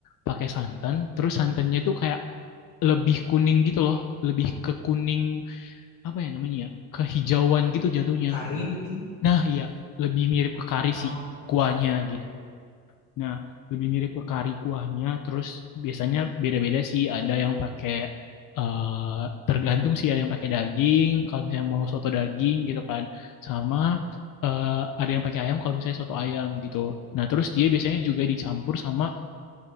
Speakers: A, on the left; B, on the left.
A: pakai santan, terus santannya itu kayak lebih kuning gitu loh, lebih ke kuning apa ya namanya ya, kehijauan gitu jatuhnya.
B: Kari mungkin.
A: Nah, iya, lebih mirip ke kari
B: Oh,
A: sih kuahnya
B: oke.
A: gitu. Nah, lebih mirip ke kari kuahnya. Terus biasanya beda-beda sih. Ada yang pakai eh tergantung sih ada yang pakai daging. Kalau misalnya mau soto daging gitu kan, sama eh, ada yang pakai ayam. Kalau misalnya soto ayam gitu. Nah, terus dia biasanya juga dicampur sama